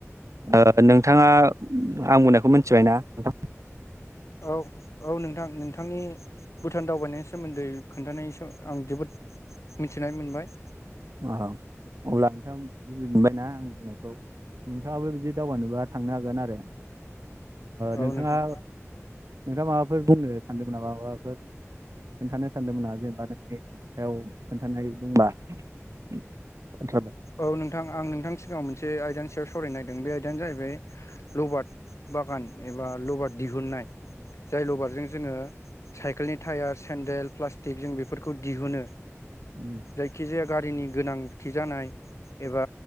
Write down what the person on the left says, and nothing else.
औ औ नोंथां नोंथांनि भुटान दावबायनायनि सोमोन्दै खोन्थानाय आं जोबोद मिथिनाय मोनबाय
औ
नोंथां
औ नोंथां आं नोंथांनि सिगाङाव मोनसे आयदानि सायाव सावरायनोनायागिरदों। बे आयदायानो जाहैबाय लबाद बागान एबा लबाद दिहुननाय जाय लबारजों जोङो साइकेलनि टायार सेन्देल प्लास्टिक जों बेफोरखौ दिहुनो
जायखिजाया गारिनि गोनांथि जानाय एबा